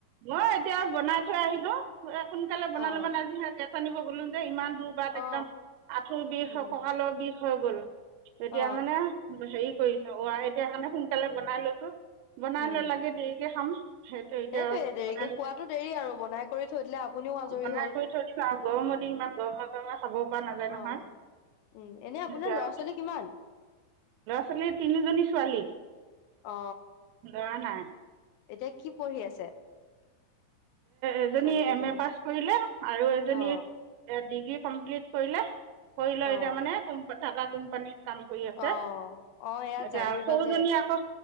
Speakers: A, on the right (about 80°); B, on the left (about 75°).
A: মই এতিয়া বনাই থৈ আহিলো'। সোনকালে বনালো
B: অ
A: মানে আজি হে গেছ জানিব গ'লো যে ইমান দুবা
B: অ
A: তিনিবা একদম আঁঠুৰ বিষ
B: উম
A: অ ককালৰ বিষ হয় বল'। এতিয়া
B: অ
A: মানে হেৰি কৰিছ এতিয়া কাৰণে সোনকালে বনাই লৈছো'। বনাই
B: উম
A: লৈ লাগে দেৰিকে খাম সেইটোৱে এতিয়া
B: সেইটোয়ে দেৰিকে
A: বনাই ল
B: খোৱাতো দেৰি আৰু বনাই কৰি থৈ দিলে আপুনিও আজৰি
A: বনাই
B: হ'ল
A: কৰি থৈ দিছো আও গৰমৰ দিন ইমান গৰমে গৰমে খাব পৰা নাযায়
B: অ
A: নহয়
B: উম এনে আপোনাৰ
A: লৰা
B: ছোৱালী কিমান
A: ছোৱালীৰ তিনিজনী ছোৱালী
B: অ
A: ল'ৰা নাই'।
B: এতিয়া কি পঢ়ি আছে
A: এজনী
B: ছোৱালী কেইজনীয়ে
A: এম এ পাছ কৰিলে আৰু এজনী
B: অ
A: ডিগ্ৰী কমপ্লিট কৰিলা'। কৰি ল
B: অ
A: এতিয়া মানে কম পা,। থকা কোম্পানী'। কাম কৰি আছে
B: অ অ এয়া
A: এতিয়া
B: জাগিৰোডত
A: সৌজনী
B: যে
A: আকৌ